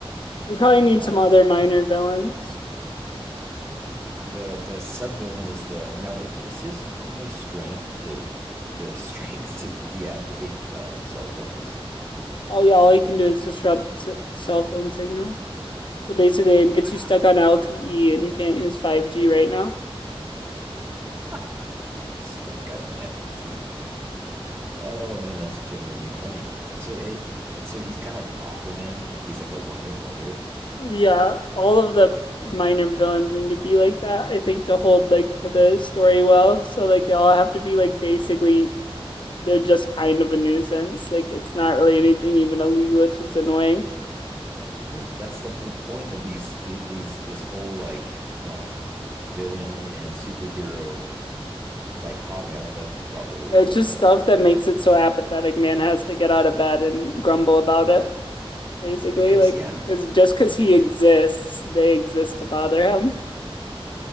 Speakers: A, on the left; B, on the right.
A: We probably need
B: Uh,
A: some other minor villains.
B: the the sub villain is the now it is his only strength to the <laughs> strength to deactivate um cell phones.
A: All yeah, all he can do is disrupt s cell phone signal. So basically, it gets
B: Ah,
A: you stuck on LTE and you can't use 5G right now.
B: <laughs> he's stuck on LTE. Oh man, that's genuinely funny. So it, it so he's kind of like Aquaman, like he's like a one hit wonder.
A: Yeah, all of the minor villains need to be like that, I think, to hold like to the story well. So like they all have to be like basically they're just kind of a nuisance. Like it's not really anything even illegal, it's just annoying.
B: Yeah, that's the whole point of these the, these this whole like um villain and superhero dichotomy. I don't know if that's the proper word,
A: It's
B: but
A: just
B: uh,
A: stuff that makes it so apathetic. Man has to get out of bed and grumble about it, basically.
B: because
A: Like
B: yeah,
A: because just because he
B: because
A: exists, they exist to bother him.